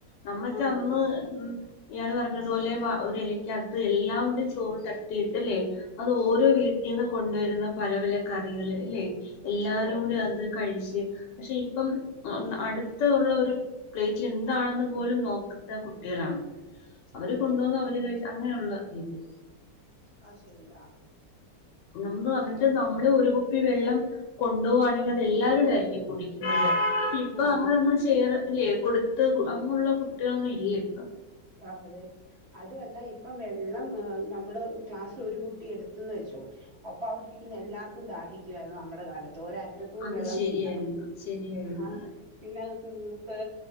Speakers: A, on the left; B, on the right.
A: നമ്മളൊക്കെ
B: ആ
A: അന്ന്
B: അതെ
A: ഉ ഇയാള് പറഞ്ഞതുപോലെ ഒരു ഇലക്ക് അകത്ത് എല്ലാവരുടെയും ചോറ് തട്ടിയിട്ട ല്ലേ അത് ഓരോ
B: ഉം,
A: വീട്ടിൽ നിന്ന് കൊണ്ടുവരുന്ന പല പല കറികൾ അല്ലെ എല്ലാരും
B: അതെ
A: കൂടി അത് കഴിച്ച പക്ഷെ ഇപ്പം അടുത്ത ഉള്ള ഒരു പ്ലേറ്റിൽ എന്താണെന്ന് പോലും നോക്കത്ത കുട്ടികളാണ് അവര്
B: അതെ
A: കൊണ്ടുവന്ന്
B: അതെ
A: അവര് കഴ അങ്ങനെയുള്ള ഇതില്
B: ആഹ് ശരിയാാ
A: നമ്മള് വന്നിട്ട് നമ്മള് ഒരു കുപ്പി വെള്ളം കൊണ്ടുപോവുകവാണെങ്കിൽ അത് എല്ലാരൂട ആയിരിക്കും കുടിക്കുന്നുണ്ട് ഇപ്പൊ
B: ആ
A: അങ്ങനെ ഒന്നും ചെയറ്ല്ല ഇല്ലെ കൊട് അങ്ങുള്ള കുട്ടികളൊന്നും ഇല്ല ഇപ്പൊ
B: ആഹ അതെ അതുമല്ല ഇപ്പം വെള്ളം നമ്മള് ക്ലാസ്സിൽ ഒരു കുട്ടി എടുത്തന്ന് വെച്ചോ അപ്പൊ അവിടെ ഇരിക്കുന്ന എല്ലാർക്കും ദാഹിക്കുയിരുന്നു നമ്മുടെ കാലത്ത് ഒ മുറ്റത്തുന്ന്
A: അത്
B: വെള്ളം
A: ശരിയായിരുന്നു
B: കുടിയാ
A: ശരിയായിരുന്നു
B: ആഹ പിന്നെ അഹ് തീർത്ത്